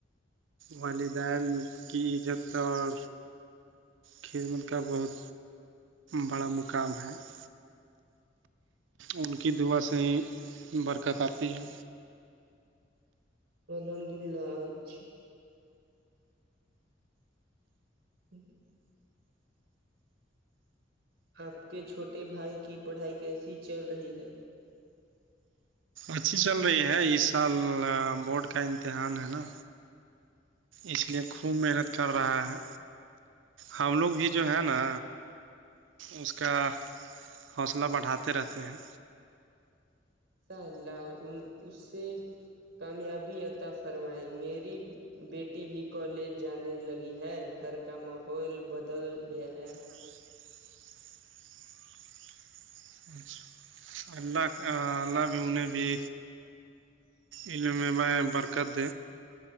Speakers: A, on the right; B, on the right.
A: والدین کی عزت اور کھیدمت کا بہت بڑا مقام ہے <unintelligible> ان کی دعا سے ہی برکت آتی ہے
B: الحمد اللہ اھی <unintelligible> <inaudible> آپ کے چھوٹے بھائی کی پڑھائی کیسی چل رہی ہے
A: اچھی چل رہی ہے اس سال بورڈ کا امتحان ہے نا اس لیے خوب محنت کر رہا ہے ہم لوگ بھی جو ہیں نا اس کا حوصلہ بڑھاتے رہتے ہیں
B: الاء اللہ اس سے کامیابی عطا فرمائے میری بیٹی بھی کالج جانے لگی ہے گھر کا ماحول بدل گیا ہے
A: <inaudible> اللہ اللہ بھی انہیں بھی ان میں ب برک د